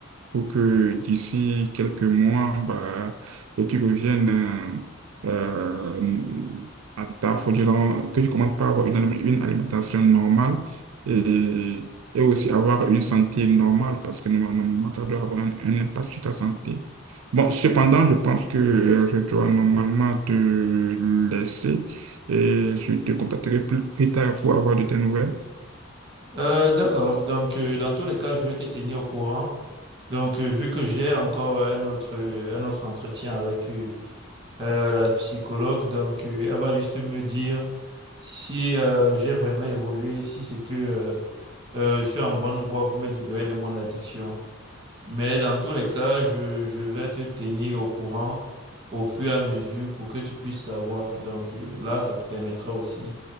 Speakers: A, on the right; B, on the right.
A: pour que d'ici quelques mois, bah, que tu reviennes euh, euh, à ta faut dire, que tu commences par avoir une, alim- une alimentation normale et, et aussi avoir une santé normale parce que norma- normalement, ça doit avoir un, un impact sur ta santé. Bon, cependant, je pense que euh, je dois normalement te laisser et je te contacterai plus, plus tard pour avoir de tes nouvelles.
B: Euh, d'accord, donc euh, dans tous les cas, je vais te tenir au courant. Donc euh, vu que j'ai encore un autre, euh, un autre entretien avec euh, euh, la psychologue, donc euh, elle va juste me dire si euh, j'ai vraiment évolué, si c'est que euh, euh, je suis en bonne voie pour me libérer de mon addiction. Mais dans tous les cas, je, je vais te tenir au courant au fur et à mesure pour que tu puisses savoir. Donc euh, là, ça te permettra aussi